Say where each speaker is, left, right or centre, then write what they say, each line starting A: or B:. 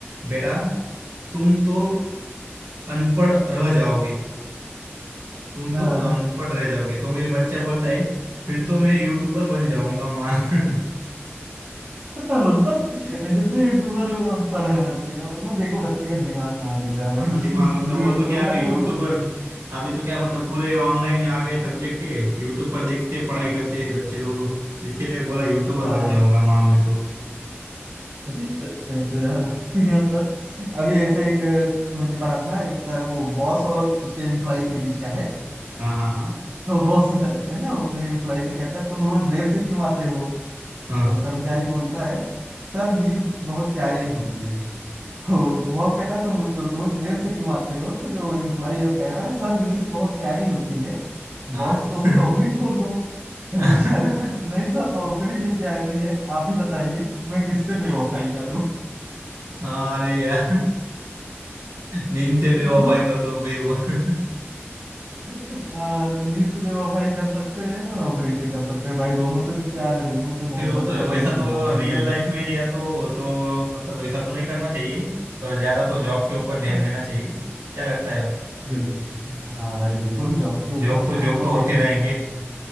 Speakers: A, on the right; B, on the right.
A: बेटा तुम तो अनपढ़ रह जाओगे तुम
B: हाँ
A: तो
B: हाँ,
A: अनपढ़ रह जाओगे तो फिर बच्चा बोलता है फिर तो मैं यूट्यूबर बन जाऊंगा माँ <laughs>
B: मतलब जितने यूट्यूबर है वो अनपढ़ है बच्चे का मतलब देखो बच्चे का दिमाग कहाँ तक जा रहा
A: हाँ
B: है
A: ना
B: कि
A: दिमाग
B: जो
A: मतलब वो
B: यूट्यूबर
A: तो क्या अभी
B: है
A: यूट्यूबर
B: वो
A: अभी तो क्या मतलब पूरे ऑनलाइन आ गए सब्जेक्ट है यूट्यूब पर देखते पढ़ाई करते हैं बच्चे लोग इसके लिए बोला यूट्यूबर
B: हाँ।
A: बन जाऊंगा माँ मैं तो
B: यार <laughs> यहाँ तो अभी ऐसे एक अ, मैंने पढ़ा था एक था वो बॉस और उसके एम्प्लॉय के बीच का है
A: हाँ हाँ
B: तो बॉस <laughs> है ना वो अपने एम्प्लॉय से कहता है तुम रोज देर से क्यों आते हो
A: हाँ
B: तो कर्मचारी बोलता है सर नींद बहुत प्यारी होती है तो बॉस कहता है तुम रोज देर से क्यों आते हो तो जो एम्प्लॉय वो कह रहा है सर नींद बहुत प्यारी होती है
A: हाँ
B: बॉस तो फिर नौकरी छोड़ दो कर्मचारी
A: हाँ
B: नहीं सर नौकरी भी प्यारी है आप ही बताइए मैं किससे बेवफाई करूं
A: <laughs> अरे यार नींद से बेवफाई
B: तो
A: कर दो भाई वो <laughs>
B: हाँ तो नीच से बेवफाई कर सकते हैं ना नौकरी से कर सकते हैं भाई दोनों से प्यार है दोनों से मोहब्बत
A: फिर वो तो है,
B: है
A: वैसा
B: कैसे
A: तो
B: बेवफाई
A: रियल
B: करेंगे
A: लाइफ में लिया तो तो मतलब वैसा तो नहीं करना चाहिए पर ज्यादा तो जॉब के ऊपर
B: <laughs>
A: ध्यान देना चाहिए क्या लगता है आपको
B: बिल्कुल हाँ भाई बिल्कुल जॉब के ऊपर
A: जॉब
B: ध्यान
A: तो जॉब
B: देना
A: तो
B: चाहिए
A: होते रहेंगे